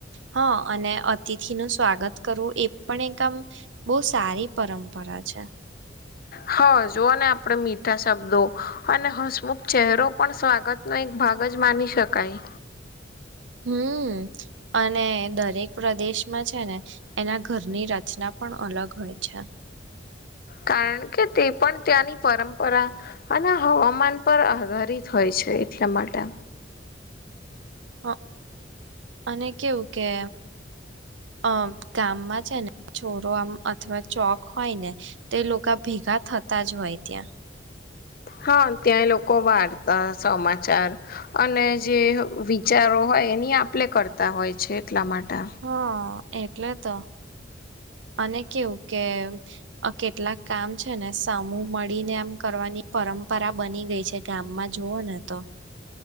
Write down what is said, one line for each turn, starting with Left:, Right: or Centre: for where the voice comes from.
Right: હા, અને અતિથિનુ સ્વાગત કરવું, એ પણ એક આમ બહુ સારી પરંપરા અચછા.
Left: હા, જોઓ ને આપડે મીઠા શબ્દો અને હસમુખ ચહેરો, પણ સ્વાગતનો એક ભાગ જ માની શકાય
Right: હમ, અને દરેક પ્રદેશમાં છેને, એના ઘરની રચના પણ અલગ, હોય છે.
Left: કારણ કે, તે પણ ત્યાંની પરંપરા અને હવામાન, પર આધારિત હોય છે છે, એટલા માટે
Right: હ, અને કેવું કે અ ગામમાં છેને, છોરો આમ અથવા ચોક હોય ને તે લોકો ભેગા થતા જ હોય, ત્યાં
Left: હા, ત્યાં લોકો વાારતા સમાચાર અને જે વિચારો હો એની આપલે કરતા હોય છે, એટલા માટે
Right: હા એટલે તો અને કેવું કે કેટલાક કામ છેને, સમૂહ મળીને આમ કરવાનું પરંપરા બની ગઈ છે, ગામમાં જુઓ ને તો